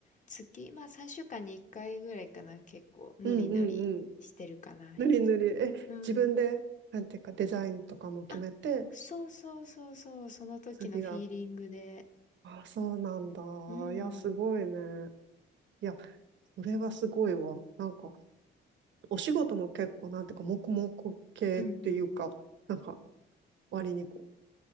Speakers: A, on the left; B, on the right.
A: 月、まあ3週間に1回ぐらいかな、結構ぬりぬりしてるかな。
B: うん、うん、うん。ぬりぬり。え、
A: うん。
B: 自分で、なんていうか、デザインとかも決めて、
A: あ、そうそうそうそう、その時のフィーリングで。
B: 次が、あ、そうなんだ。
A: うん。
B: いや、すごいね。いや、それはすごいわ。なんか、お仕事も結構、なんていうか、黙々系っていうか、
A: うんうん。
B: なんか、割にこ